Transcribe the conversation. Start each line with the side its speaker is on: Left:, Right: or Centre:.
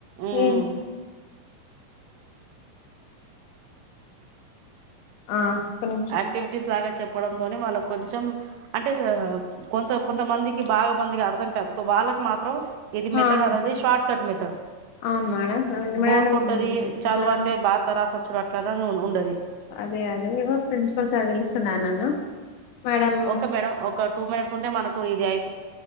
Right: ఉమ్
Left: ఏం ఆ ఒక్క నిమిషం
Right: యాక్టివిటీస్ లాగా చెప్పడంతోనే వాళ్ళ కొంచెం అంటే క కొంత కొంతమందికి బాగా మంది అర్థం కాదు వాళ్ళకు మాత్రం ఇది
Left: ఆ,
Right: మెథడ్
Left: అవును
Right: అనేది షార్ట్ కట్ మెథడ్
Left: అవును మేడం అవును మేడం
Right: బోర్ కొట్టది చదువా
Left: ఇప్పుడు నాకు
Right: అంటే బాగా తరాసచ్చుడు అట్లా ఉండది
Left: అదే అదే ఇగో ప్రిన్సిపల్ సార్ పిలుస్తున్నా నన్ను మేడం
Right: ఓకే మేడం ఒక టూ మినిట్స్ ఉంటే మనకు ఇది అయ్